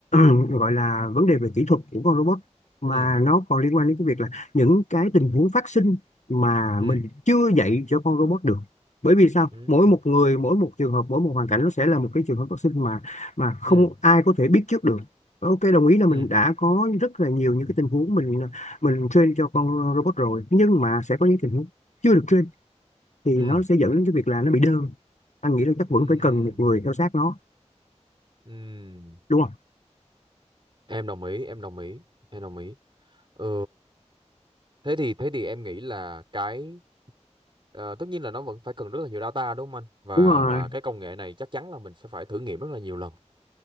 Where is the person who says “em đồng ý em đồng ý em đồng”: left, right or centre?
Right